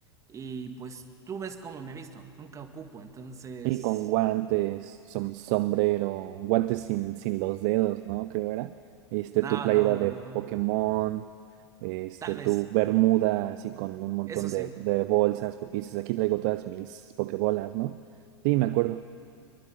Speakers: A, on the right (about 20°); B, on the right (about 45°).
A: y pues tú ves cómo me visto, nunca ocupo, entonces...
B: Sí, con guantes, som- sombrero, guantes sin, sin los dedos, ¿no? Creo era. Este,
A: No,
B: tu playera
A: no, no,
B: de
A: no,
B: Pokémon, este,
A: tal vez,
B: tu bermuda así con un montón
A: eso sí.
B: de, de bolsas, porque dices, aquí traigo todas mis Pokébolas, ¿no? Sí, me acuerdo.